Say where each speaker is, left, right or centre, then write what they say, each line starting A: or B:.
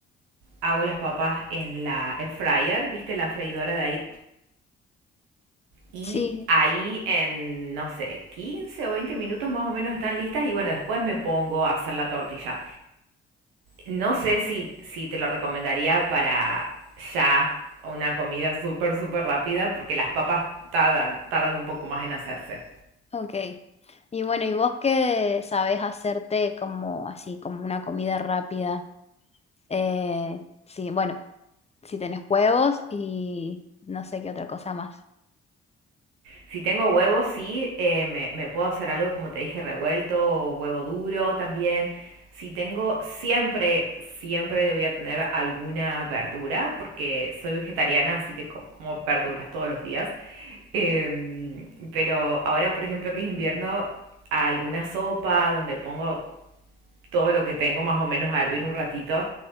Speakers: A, on the right; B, on the left.
A: hago las papas en la air fryer, ¿viste? La freidora de aire. Y
B: Sí.
A: ahí en, no sé, 15 o 20 minutos más o menos están listas y bueno, después me pongo a hacer la tortilla. No sé si, si te lo recomendaría para ya una comida súper, súper rápida, porque las papas tardan, tardan un poco más en hacerse.
B: Ok. Y bueno, ¿y vos qué sabés hacerte como así, como una comida rápida? Eh, sí, bueno, si tenés huevos y no sé qué otra cosa más.
A: Si tengo huevos, sí, eh, me, me puedo hacer algo, como te dije, revuelto, o huevo duro también. Si tengo, siempre, siempre voy a tener alguna verdura, porque soy vegetariana, así que com- como verduras todos los días. Em, pero ahora, por ejemplo, que es invierno, alguna sopa donde pongo todo lo que tengo más o menos a hervir un ratito